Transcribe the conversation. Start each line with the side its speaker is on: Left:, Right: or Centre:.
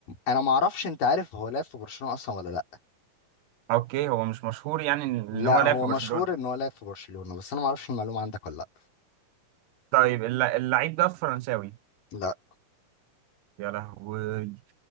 Left: انا ما اعرفش انت عارف هو لعب في برشلونه اصلا ولا لا
Right: أوكي هو مش مشهور يعني إن
Left: لا
Right: هو
Left: هو
Right: لعب في
Left: مشهور
Right: برشلونة
Left: ان هو لعب في برشلونه بس انا ما اعرفش المعلومه عندك ولا لا
Right: طيب الل- اللعيب ده فرنساوي
Left: لا
Right: يا لهوي